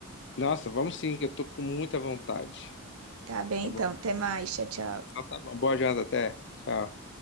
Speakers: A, on the left; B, on the right.
A: Nossa, vamos sim, que eu tô com muita vontade.
B: Tá bem,
A: Tá
B: então.
A: bom?
B: Até mais. Tchau, tchau.
A: Então tá bom. Boa janta até. Tchau.